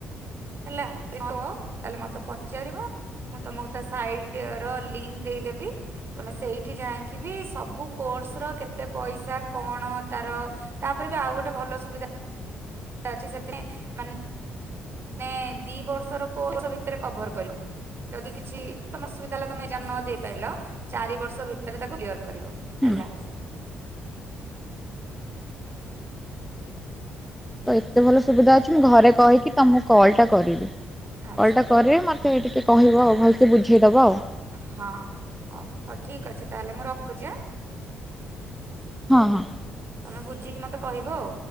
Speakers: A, on the right; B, in the centre.
A: ହେଲା ତାହାଲେ ମତେ ପଚାରିବ ମୁଁ ତମକୁ ତା ସାଇଡର ଲିଙ୍କ ଦେଇଦେବି। ତମେ ସେଇଠି ଯାଇକି ବି ସବୁ କୋର୍ସର କେତେ ପଇସା କଣ ତାର ତାପରେ ବି ଆଉ ଗୋଟେ ଭଲ ସୁବିଧା ଅଛି ସେଥିରେ ମା ମାନେ ଦି ବର୍ଷର କୋର୍ଷ ଭିତରେ କଭର କରିବ। ଯଦି କିଛି ତମସୁୁବିଧା ହେଲା ତମେ ଏଜାମ ନ ଦେଇ ପାରିଲ ଚାରିବର୍ଷ ଭିତରେ ତାକୁ କ୍ଲିୟର କରିବ
B: ହୁଁ
A: ହେଲା।
B: ତ ଏତେ ଭଲ ସୁବିଧା ଅଛି ମୁଁ ଘରେ କହିକି ତମୁ କଲଟା କରିବି
A: ଆଚ୍ଛା
B: କଲଟା କରି ମୋତେ ଟିକେ କହିବ ଆଉ ଭଲସେ ବୁଝେଇଦବ ଆଉ।
A: ହଁ ହଁ ହଉ ଠିକ୍ ଅଛି ତାହେଲେ ମୁଁ ରଖୁଛି ଆ।
B: ହଁ ହଁ
A: ତମେ ବୁଝିକି ମତେ କହିବ ଆଉ।